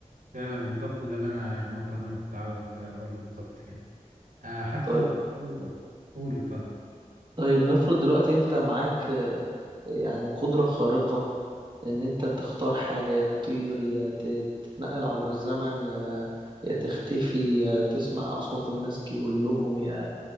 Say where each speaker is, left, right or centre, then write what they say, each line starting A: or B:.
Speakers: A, on the right; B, on the right.
A: فعلا بالظبط ده اللي أنا النقطة اللي أنا كنت عاوز أقولها بالظبط يعني آه، حتى
B: طيب
A: برضو- قول اتفضل
B: طيب نفرض دلوقتي انت معاك آه، يعني قدرة خارقة ان انت تختار حاجة يا تطير يا ت- تتنقل عبر الزمن يا يا تختفي يا تسمع أصوات الناس كلهم يا